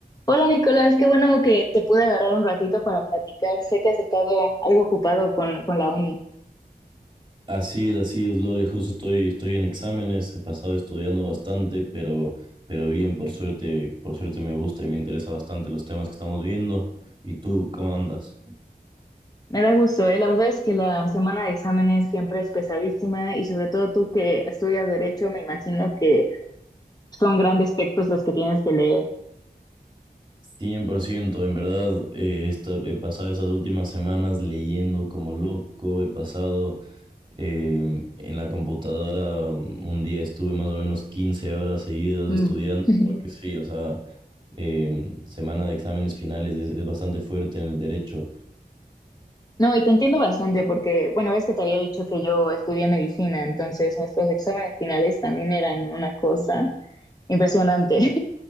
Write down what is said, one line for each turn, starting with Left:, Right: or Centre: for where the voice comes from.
Left: Hola Nicolás, qué bueno que te pude agarrar un ratito para platicar. Sé que has estado algo ocupado con, con la uni.
Right: Así es, así es, Lore. Justo estoy, estoy en exámenes, he pasado estudiando bastante, pero, pero bien, por suerte, por suerte me gusta y me interesa bastante los temas que estamos viendo. ¿Y tú, cómo andas?
Left: Me da gusto, ¿eh? La verdad es que la semana de exámenes siempre es pesadísima y sobre todo tú que estudias derecho, me imagino que son grandes textos los que tienes que leer.
Right: 100%, en verdad, eh, esta- he pasado estas últimas semanas leyendo como loco, he pasado eh, en la computadora, um, un día estuve más o menos 15 horas seguidas
Left: Mm.
Right: estudiando,
Left: <laughs>
Right: porque sí, o sea, em, semana de exámenes finales es, es bastante fuerte en el derecho.
Left: No, y te entiendo bastante porque, bueno, ves que te había dicho que yo estudié medicina, entonces nuestros exámenes finales también eran una cosa impresionante.